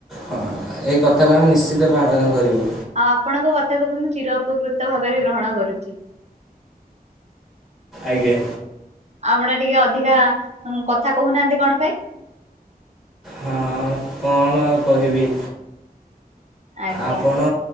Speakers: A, in the centre; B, on the right.
A: ହଁ ଏଇ କଥାକୁ ଆମେ ନିଶ୍ଚିତ ପାଳନ କରିବୁ।
B: ଆଉ ଆପଣଙ୍କ କଥାକୁ ମୁଁ ଚିର ଉପକୃତ ଭାବରେ ଗ୍ରହଣ କରୁଛି।
A: ଆଜ୍ଞା।
B: ଆପଣ ଟିକେ ଅଧିକା କଥା କୋହୁନାହାନ୍ତି କଣ ପାଇଁ?
A: ହଁ କଣ ଆଉ କହିବି।
B: ଆଜ୍ଞା।
A: ଆପଣ